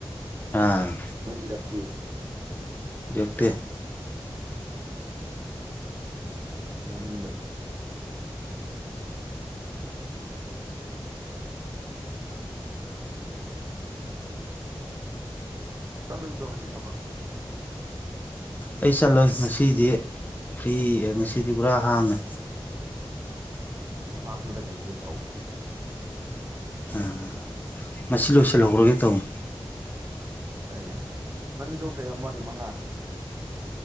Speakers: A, on the left; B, on the right.
A: ꯑꯥ
B: ꯃꯣꯏ ꯏꯔꯛꯇꯦꯕ
A: ꯏꯔꯛꯇꯦ
B: ꯃꯅꯨꯡꯗ ꯆꯠꯂꯣꯏꯗ꯭ꯔꯣ ꯉꯁꯤ ꯊꯕꯛ
A: ꯑꯩ ꯆꯠꯂꯣꯏ ꯉꯁꯤꯗꯤ ꯐ꯭ꯔꯤ ꯉꯁꯤꯗꯤ ꯄꯨꯔꯥ ꯍꯥꯡꯉꯦ
B: ꯑꯗꯨ ꯍꯥꯡꯕꯗ ꯀꯩꯀꯩ ꯇꯧꯅꯤ
A: <unintelligible> ꯉꯁꯤ ꯂꯣꯏꯁꯤꯜꯍꯧꯔꯒꯦ ꯇꯧꯅꯤ
B: ꯌꯥꯏ ꯌꯥꯏ ꯅꯪꯒꯤꯗꯣ ꯀꯌꯥ ꯃꯥꯜꯂꯤ ꯃꯉꯥ